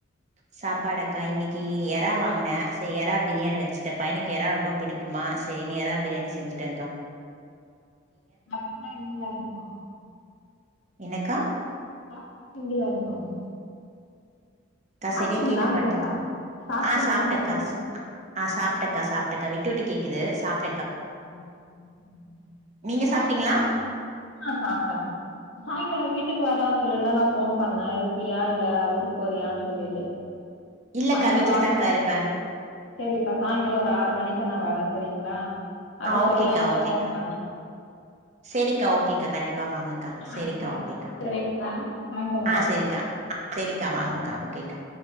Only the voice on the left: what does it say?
சாப்டீங்களா இல்லையா இன்னு
சாப்டீங் <inaudible> இல்லயா இன்னு <inaudible>
சாப்டீங்களான்னு
கேட்டே சாப்டீங்களான்னு
கேட்டே
ஓ <inaudible>
செரிப்பா ஆ சாப்ட்ட சாய்ங்காலோ வீட் வீட்டுக்கு வரலான் சொல்லிட்டுதா நா ஃபோன் பண்ணே இருப்பியா இல்ல ஊருக்கு போறியான் சொல்லிட்டு
பையன
பாக்கலானு
சொல்லிட்டு தா சேரி இப்ப சாய்ங்காலோ ஒரு ஆறு மணிக் ட்டா நா வர சரிங்களா அத
சொல்லலான்னுதா
ஃபோன் பண்ணே
ஆ
சரிப்பா
சரி வைக்கிறே சாயங்காலோ
வரே
பாய்